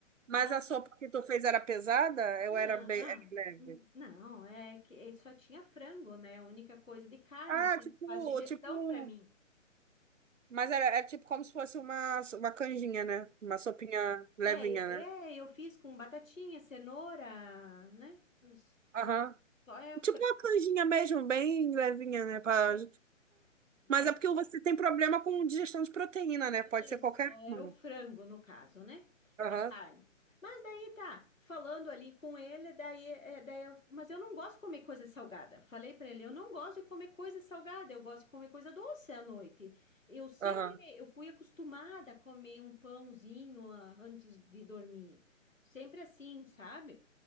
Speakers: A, on the right (about 70°); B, on the left (about 80°).
A: Mas
B: Daí,
A: a sopa que tu fez era pesada? Eu
B: não.
A: era bem era leve.
B: Não, é que é, só tinha frango, né? A única coisa de carne
A: Ah,
B: que
A: tipo,
B: não faz digestão
A: tipo.
B: pra mim.
A: Mas era, era tipo como se fosse uma, uma canjinha, né? Uma sopinha levinha,
B: É, eu, é,
A: né?
B: eu fiz com batatinha, cenoura, né? Os- né?
A: Aham.
B: Só é o frango.
A: Tipo uma canjinha mesmo, bem levinha,
B: Isso.
A: né? Pra...
B: É,
A: É.
B: é,
A: Mas é porque você
B: é
A: tem problema com digestão de proteína, né? Pode
B: isso,
A: ser qualquer
B: era
A: uma,
B: o frango no caso, né?
A: Aham,
B: A carne. Mas daí tá, falando ali com ele, daí, é, daí eu, mas eu não gosto de comer coisa salgada. Falei pra ele, eu não gosto de comer coisa salgada, eu gosto de comer coisa doce à noite. Eu sempre,
A: aham,
B: eu fui acostumada a comer um pãozinho ah, antes de dormir. Sempre assim, sabe?